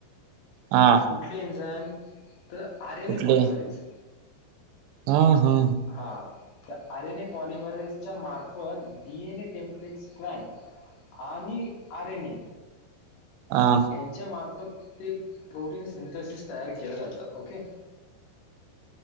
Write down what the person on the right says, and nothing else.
हा
कुठले
हा हा
हा